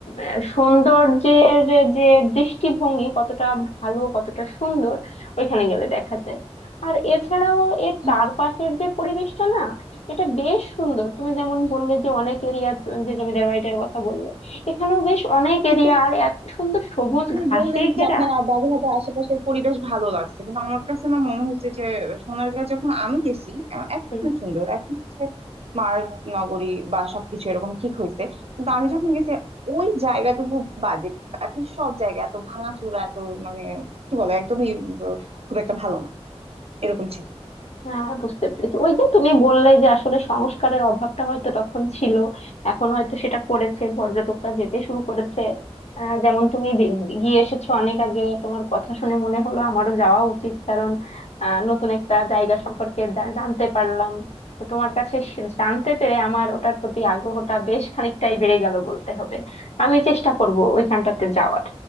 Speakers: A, on the left; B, on the right.
A: আহ, সৌন্দর্যের যে দৃষ্টিভঙ্গি কতটা ভালো কতটা সুন্দর ওইখানে গেলে দেখা যায় আর এছাড়াও এর
B: হ্যাঁ
A: চারপাশের যে পরিবেশটা না এটা বেশ সুন্দর তুমি যেমন বললে যে অনেক এরিয়া যে জমিদার বাড়িটার কথা বললে এখানেও বেশ অনেক
B: কিন্তু
A: এরিয়া আর এত সুন্দর সবুজ
B: আপনি
A: ঘাসে
B: বললেন
A: ঘেরা
B: যে আপনার আ- বাগেরহাটের আশেপাশের পরিবেশ ভালো লাগছে কিন্তু আমার কাছে না মনে হয়েছে যে সোনারগাঁ যখন আমি গেছি আ- এখন
A: হুম,
B: অনেক সুন্দর এখন হচ্ছে স্মার্ট নগরী বা সবকিছু এরকম ঠিক হয়েছে কিন্তু আমি যখন গেছি ওই জায়গাটুকু বাদে বাকি সব জায়গা এত ভাঙাচোরা এত মানে কি বলে একদমই উম, খুব একটা ভালো না এরকম ছিল
A: হ্যাঁ বুঝতে পেরেছি ওই যে তুমি বললে যে আসলে সংস্কারের অভাবটা হয়তো তখন ছিল এখন হয়তো সেটা করেছে পর্যটকরা যেতে শুরু করেছে আহ, যেমন তুমি দি- গিয়ে এসেছো অনেক আগে তোমার কথা শুনে মনে হলো আমারও যাওয়া উচিত কারণ আহ, নতুন একটা জায়গা সম্পর্কে জা- জানতে পারলাম তো তোমার কাছে সে- জানতে পেরে আমার ওটার প্রতি আগ্রহটা বেশ খানিকটাই বেড়ে গেল বলতে হবে আমি চেষ্টা করব ওইখানটাতে যাওয়ার